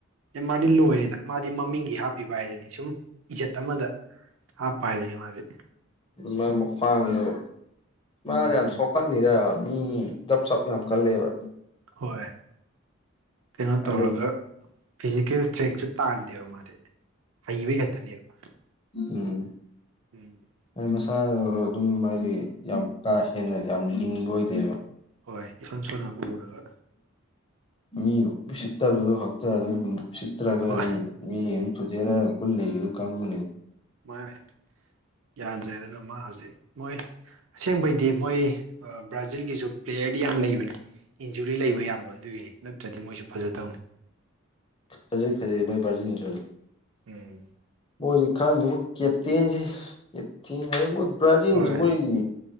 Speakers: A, on the right (about 75°); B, on the left (about 25°).
A: ꯃꯥꯗꯤ ꯂꯣꯏꯔꯦꯗ ꯃꯥꯗꯤ ꯃꯃꯤꯡꯒꯤ ꯍꯥꯞꯄꯤꯕ ꯍꯥꯏꯗꯅꯤ ꯁꯨꯝ ꯏꯖꯠ ꯑꯃꯗ ꯍꯥꯄꯥꯏꯗꯦ ꯃꯥꯗꯤ
B: ꯃꯥ ꯃ꯭ꯈꯋ꯭ꯥꯡꯗꯨ ꯃꯥ
A: ꯎꯝ
B: ꯌꯥꯝ ꯁꯣꯛꯀꯅꯤꯗ ꯃꯤ ꯗꯞ ꯁꯞ ꯌꯥꯝ ꯀꯜꯂꯦꯕ
A: ꯍꯣꯏ ꯀꯩꯅꯣ
B: ꯍꯥꯏꯗꯤ
A: ꯇꯧꯔꯒ ꯐꯤꯖꯤꯀꯦꯜ ꯏꯁꯇ꯭ꯔꯦꯡꯁꯨ ꯇꯥꯟꯗꯦꯕ ꯃꯥꯗꯤ ꯍꯩꯕꯩ ꯈꯛꯇꯅꯦꯕ
B: ꯎꯝ
A: ꯎꯝ
B: ꯍꯥꯏ ꯃꯁꯥꯗ ꯑꯗꯨꯝ ꯍꯥꯏꯗꯤ ꯌꯥꯝ ꯀꯥ ꯍꯦꯟꯅ ꯌꯥꯝ ꯂꯤꯡꯕ ꯑꯣꯏꯗꯦꯕ
A: ꯍꯣꯏ ꯏꯁꯣꯟ ꯁꯣꯟꯅ ꯎꯔꯒ
B: ꯃꯤ ꯎꯁꯤꯠꯇꯕꯗꯨ ꯈꯛꯇ ꯑꯗꯨ ꯎꯁꯤꯠꯇ꯭ꯔꯒ
A: ꯍꯣꯏ
B: ꯑꯗꯨ ꯃꯤ ꯑꯃ <unintelligible> ꯄꯨꯟ ꯂꯩꯒꯤꯗꯧ ꯀꯥꯡꯕꯨꯅꯦꯕ
A: ꯃꯥꯅꯦ ꯌꯥꯗ꯭ꯔꯦ ꯑꯗꯨꯅ ꯃꯥ ꯍꯧꯖꯤꯛ ꯃꯣꯏ ꯑꯁꯦꯡꯕꯩꯗꯤ ꯃꯣꯏ ꯕ꯭ꯔꯥꯖꯤꯜꯒꯤꯁꯨ ꯄ꯭ꯂꯦꯌꯔꯗꯤ ꯌꯥꯝ ꯂꯩꯕꯅꯤ ꯏꯟꯖꯨꯔꯤ ꯂꯩꯕ ꯌꯥꯝꯕ ꯑꯗꯨꯒꯤꯅꯤ ꯅꯠꯇ꯭ꯔꯗꯤ ꯃꯣꯏꯁꯨ ꯐꯖꯗꯧꯅꯤ
B: ꯐꯖꯩ ꯐꯖꯩ ꯃꯣꯏ ꯕꯥꯔꯖꯤꯜꯁꯨ
A: ꯎꯝ
B: ꯃꯣꯏꯖꯤ ꯈꯪꯒ ꯀꯦꯞꯇꯦꯟꯖꯤ <unintelligible> ꯕ꯭ꯔꯥꯖꯤꯟꯁꯨ
A: ꯍꯣꯏ
B: ꯃꯣꯏꯒꯤ